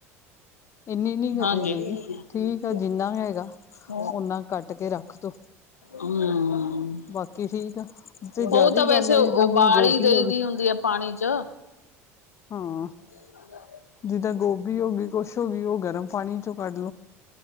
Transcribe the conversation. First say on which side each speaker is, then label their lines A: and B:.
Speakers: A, on the left (about 35°); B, on the left (about 85°).
A: ਇੰਨੀ ਨਹੀਂ ਕਰਨੀ
B: ਹਾਂਜੀ
A: ਚਾਹੀਦੀ ਠੀਕ
B: <inaudible>
A: ਆ ਜਿੰਨਾ ਹੈਗਾ ਓਨਾ ਕੱਟ ਕੇ ਰੱਖ ਦੋ
B: ਹਮ
A: ਬਾਕੀ ਠੀਕ ਆ ਤੇ
B: ਉਹ
A: ਜ਼ਿਆਦਾ
B: ਤਾਂ
A: ਹੀ
B: ਵੈਸੇ
A: ਗੱਲ ਆ ਜਿੱਦਾਂ
B: ਉਬਾਲ
A: ਹੁਣ ਗੋਭੀ
B: ਹੀ ਦਈ
A: ਹੋ ਗਈ
B: ਦੀ ਹੁੰਦੀ ਆ ਪਾਣੀ ਚ-
A: ਹਾਂ
B: <inaudible>
A: ਜਿੱਦਾਂ ਗੋਭੀ ਹੋ ਗਈ ਕੁਛ ਹੋ ਗਈ, ਉਹ ਗਰਮ ਪਾਣੀ ਚੋਂ ਕੱਢ ਲੋ